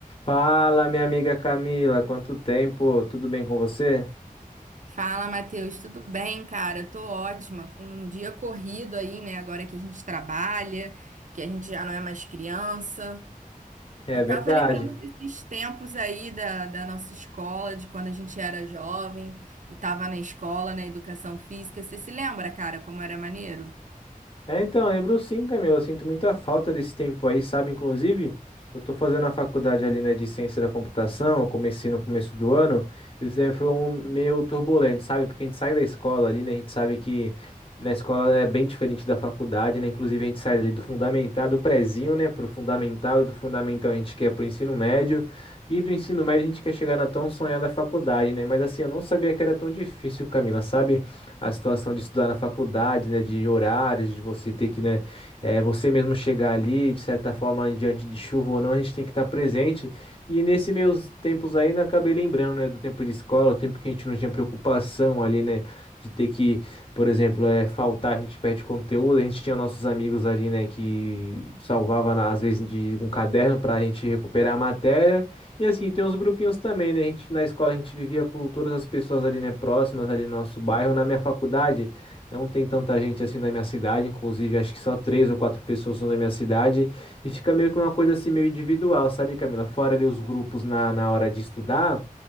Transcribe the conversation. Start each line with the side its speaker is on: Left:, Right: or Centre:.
Left: Fala, minha amiga Camila, quanto tempo? Tudo bem com você?
Right: Fala, Matheus, tudo bem, cara? Tô ótima, com um dia corrido aí, né? Agora que a gente trabalha, que a gente já não é mais criança.
Left: É
Right: E
Left: verdade.
Right: tava lembrando desses tempos aí da, da nossa escola, de quando a gente era jovem e tava na escola, na educação física. Você se lembra, cara, como era maneiro?
Left: É, então, lembro sim, Camila. Eu sinto muita falta desse tempo aí, sabe? Inclusive, eu tô fazendo a faculdade ali, né, de ciência da computação. Eu comecei no começo do ano. isso aí foi um meio turbulento, sabe? Porque a gente sai da escola ali, né? A gente sabe que, que na escola é bem diferente da faculdade, né? Inclusive, a gente sai ali do fundamental, do prezinho, né, pro fundamental. E do fundamental a gente quer pro ensino médio. E do ensino médio a gente quer chegar na tão sonhada faculdade, né? Mas assim, eu não sabia que era tão difícil, Camila, sabe? a situação de estudar na faculdade, né, de horários, de você ter que, né, eh, você mesmo chegar ali, de certa forma, em diante de chuva ou não, a gente tem que estar presente. E nesse meus tempos aí, né, acabei lembrando, né, do tempo de escola, o tempo que a gente não tinha preocupação ali, né, de ter que, por exemplo, é, faltar, a gente perde conteúdo, a gente tinha nossos amigos ali, né, que salvava, na- às vezes, de um caderno para a gente recuperar a matéria. E assim, tem uns grupinhos também, né? A gente, na escola a gente vivia com todas as pessoas ali, né, próximas ali no nosso bairro. Na minha faculdade não tem tanta gente assim da minha cidade, inclusive acho que só três ou quatro pessoas são da minha cidade. E fica meio que uma coisa assim meio individual, sabe, Camila? Fora ali os grupos na, na hora de estudar.